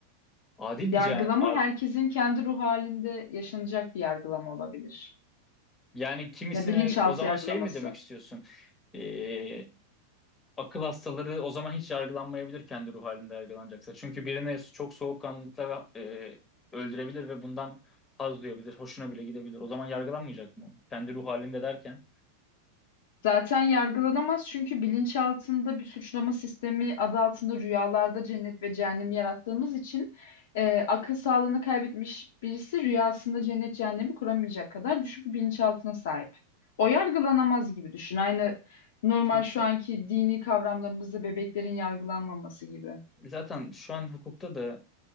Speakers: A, on the left; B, on the left.
A: Adil
B: Yargılama
A: bir cehan- ar-
B: herkesin kendi ruh halinde yaşanacak bir yargılama olabilir.
A: yani kimisine
B: Ya bilinçaltı
A: o zaman
B: yargılaması.
A: şey mi demek istiyorsun? Ee, akıl hastaları o zaman hiç yargılanmayabilir kendi ruh halinde yargılanacaksa. Çünkü birini çok soğukkanlılıkla ve, e, öldürebilir ve bundan haz duyabilir, hoşuna bile gidebilir. O zaman yargılanmayacak mı? o? Kendi ruh halinde derken.
B: Zaten yargılanamaz çünkü bilinçaltında bir suçlama sistemi adı altında rüyalarda cennet ve cehennem yarattığımız için e, akıl sağlığını kaybetmiş birisi rüyasında cennet cehennemi kuramayacak kadar düşük bir bilinçaltına sahip. O yargılanamaz gibi düşün. Aynı normal
A: Türk
B: şu anki dini kavramlarımızda bebeklerin yargılanmaması gibi.
A: zaten şu an hukukta da